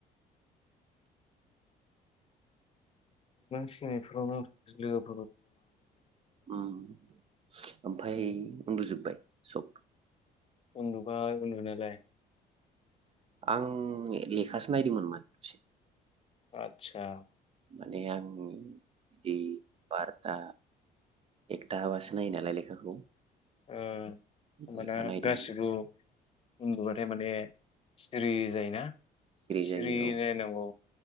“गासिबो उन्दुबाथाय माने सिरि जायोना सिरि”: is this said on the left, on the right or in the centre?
Left